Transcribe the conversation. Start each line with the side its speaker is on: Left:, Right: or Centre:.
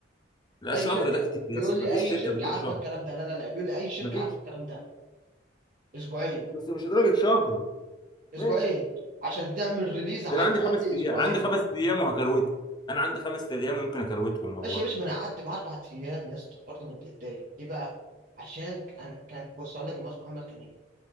Left: لا
Right: اي
Left: شهر
Right: شركه
Left: ده كتير يا
Right: بيقول
Left: اسطى
Right: لي
Left: مفيش
Right: اي
Left: شركه
Right: شركه
Left: بتقول
Right: عارفه
Left: شهر
Right: الكلام ده لا لا لا بيقول لي اي شركه
Left: مفيش
Right: عارفه الكلام ده اسبوعين
Left: بس مش لدرجه شهر
Right: اسبوعين
Left: ماشي
Right: عشان تعمل ريليز على
Left: ده انا عندي
Right: الاقل
Left: خمس ايام
Right: اسبوعين
Left: عندي خمس ايام وهكروته انا عندي خمس ايام ممكن اكروتهم والله
Right: ماشي يا باشا ما انا قعدت معاه اربع ايام يا اسطى برضه ما اتضايق ليه بقى عشان انا كان بص هقول لك المهندس محمد كان ايه